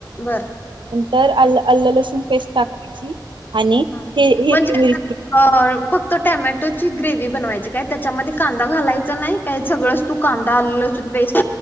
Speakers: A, on the left; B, on the right.
A: बरं
B: नंतर अ ल्ल अल्ल लसूण पेस्ट टाकायची आणि
A: हा
B: हि हिरवी
A: म्हणजे
B: मिरची
A: अ फक्त टॅमॅटोची ग्रेव्ही बनवायची काय, त्याच्यामध्ये कांदा घालायच नाही काय? सगळंच तू कांदा आ लसूून पेस्ट